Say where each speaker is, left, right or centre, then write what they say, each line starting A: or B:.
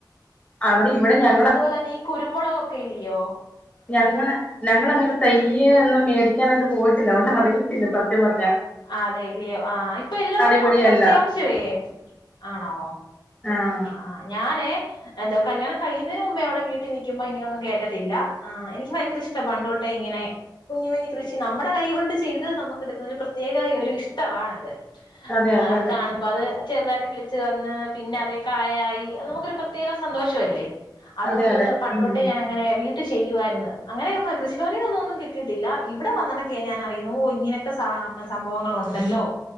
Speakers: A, on the left; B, on the left.
A: ആ അവിടെ ഇവിടെ ഞ
B: അതുപോലെ തന്നെ ഈ കുരുമുളകൊക്കെ ഇല്ലിയോ.
A: ഞങ്ങള് ഞങ്ങള അങ്ങനെ തയ്യ് ഒന്നും മേടിക്കാനായിട്ട് പോയിട്ടില്ല അതൊണ്ട് അറിയത്തില്ല സത്യം പറഞ്ഞ
B: അതെ ലേ ആ ഇപ്പൊ എല്ലോടും
A: ഇവിടെയല്ല
B: അങ്ങനെ അത്യാവശ്യമേ ആണോ.
A: ആഹ്
B: ആഹ് ആഹ് ഞാന് എന്തോ കല്യാണം കഴിയുന്നതിന് മുമ്പെ ഇവിടെ വീട്ടിൽ നിക്കുമ്പോ ഇങ്ങനൊന്നും കേട്ടിട്ടില്ല എനിക്ക് ഭയങ്കര ഇഷ് ഇഷ്ടാ പണ്ടോട്ടെ ഇങ്ങനെ. കുഞ്ഞി കുഞ്ഞി കൃഷി നമ്മുടെ കൈ കൊണ്ട് ചെയ്ത് നമുക്ക് എടുക്കുന്ന ഒരു പ്രത്യേക ഒരു ഇഷ്ടമാണത്.
A: അതെ അതെ
B: അത്
A: അതെ
B: കാണുമ്പോ അത് ചെറുതായിട്ട് കിളിച്ച് വന്ന് പിന്നെ അതെ. കായായി നമുക്കൊരു പ്രത്യേക സന്തോഷം അല്ലേ അതുകൊണ്ട്
A: അതെ അതെ
B: പണ്ട്തൊട്ടെ
A: ഉം
B: ഞാൻ അങ്ങനെ. ചെയ്യുവായിരുന്നു അങ്ങനെ കൃഷി ഭവനിന്നൊന്നും കിട്ടിട്ടില്ല ഇവിടെ വന്നഴക്കെയാ ഞൻ അറിയുന്നേ ഓഹ് ഇങ്ങനെയൊക്കെ സാ സംഭവങ്ങളുണ്ടല്ലോ